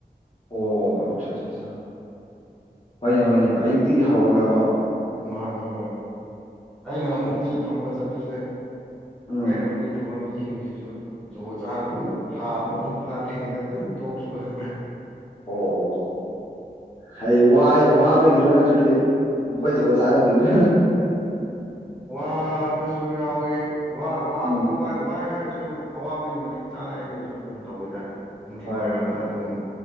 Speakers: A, on the left; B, in the centre.
A: ꯑꯣ ꯑꯠ ꯁꯥ ꯁꯥ ꯍꯣꯏꯅꯦ ꯍꯣꯏꯅꯦ ꯑꯌꯨꯛꯇꯒꯤ ꯍꯧꯔꯒꯀꯣ
B: ꯃꯥꯅꯦ ꯍꯣꯏ ꯑꯩꯅ
A: ꯑꯠꯆꯥ
B: ꯑꯃꯨꯛ
A: ꯑꯠꯆꯥ
B: ꯃꯤ ꯊꯃꯒ ꯆꯠꯄꯁꯦ
A: ꯎꯝ
B: ꯑꯩꯅ ꯃꯤ ꯊꯝꯕ ꯃꯤ ꯁꯤꯡꯁꯤꯁꯨ ꯖꯨꯒꯣꯠ ꯆꯥꯗꯕ ꯊꯥ ꯑꯃꯐꯥꯎ ꯐꯥꯗ꯭ꯔꯤꯉꯩꯗ ꯑꯗꯨꯝ ꯇꯣꯛꯈꯤꯕ ꯍꯪꯕ꯭ꯔꯥ
A: ꯑꯣ ꯑꯣ ꯍꯥꯏ ꯋꯥ ꯋꯥꯕꯒꯤꯔꯣ ꯅꯠꯇ ꯅꯠꯇꯗꯤ ꯃꯈꯣꯏ ꯖꯨꯒꯣꯠ ꯆꯥꯗꯕ ꯒꯤꯔꯣ
B: ꯋꯥꯕꯁꯨ ꯌꯥꯎꯋꯦ ꯋꯥꯏ ꯋꯥꯕꯨꯗꯤ
A: ꯎꯝ
B: ꯋꯥꯏ ꯋꯥꯏ ꯍꯥꯏꯔꯁ ꯨ ꯁꯨ ꯑꯋꯥꯕꯒꯤ ꯃꯇꯤꯛ ꯆꯥꯅ ꯑꯩꯅꯁꯨ ꯑꯗꯨꯝ ꯇꯧꯋꯤꯗ ꯅꯨꯡꯊꯤꯜꯋꯥꯏꯔꯝꯗ
A: ꯍꯣꯏ ꯍꯣꯏ ꯍꯣꯏ
B: ꯑꯗꯨꯝ